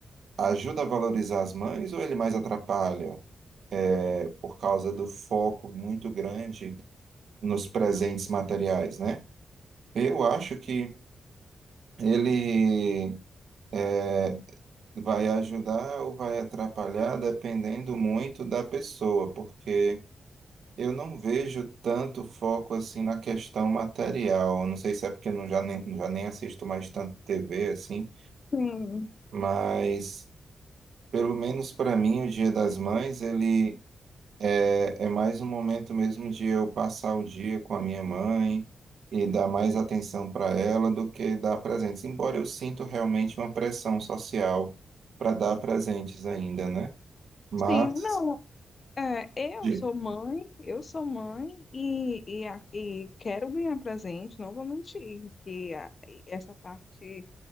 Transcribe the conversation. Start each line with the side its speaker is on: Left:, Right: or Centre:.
Right: ajuda a valorizar as mães ou ele mais atrapalha, é, por causa do foco muito grande nos presentes materiais, né? Eu acho que ele é, vai ajudar ou vai atrapalhar dependendo muito da pessoa, porque eu não vejo tanto foco assim na questão material. Não sei se é porque eu não já nem, já nem assisto mais tanto TV assim,
Left: Sim,
Right: mas pelo menos para mim o Dia das Mães ele É, é mais um momento mesmo de eu passar o dia com a minha mãe e dar mais atenção para ela do que dar presentes. Embora eu sinto realmente uma pressão social para dar presentes ainda, né? Mas.
Left: sim, não. é, eu
Right: de-
Left: sou mãe, eu sou mãe e, e, a- e quero ganhar presente, não vou mentir, que a- essa parte